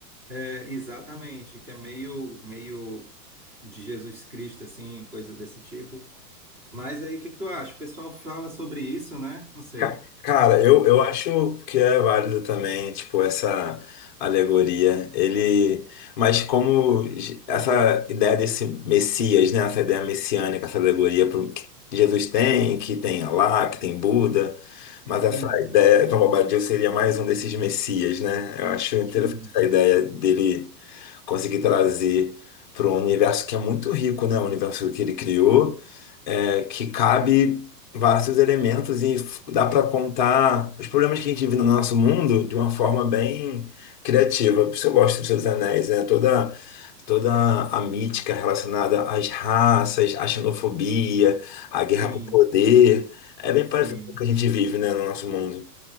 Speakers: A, on the right (about 25°); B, on the left (about 30°).
A: É, exatamente, que é meio, meio de Jesus Cristo, assim, coisa desse tipo. Mas aí, o que que tu acha? O pessoal fala sobre isso, né? Não sei.
B: Ca- Cara, eu, eu acho que é válido também, tipo, essa alegoria. Ele, mas como Je- essa ideia desse Messias, né? Essa ideia messiânica, essa alegoria pro, que Jesus tem, que tem Alá, que tem Buda. Mas
A: Sim,
B: essa ideia, Tom Bobadil seria mais um desses messias, né? Eu acho interessante
A: sim,
B: essa ideia dele conseguir trazer para um universo que é muito rico, né? O universo que ele criou, é, que cabe vários elementos e f- dá para contar os problemas que a gente vive no nosso mundo de uma forma bem criativa. Por isso eu gosto dos Seus Anéis, né? Toda toda a mítica relacionada às raças, à xenofobia, à guerra
A: sim,
B: por poder, é bem
A: sim.
B: parecido com o que a gente vive, né, no nosso mundo.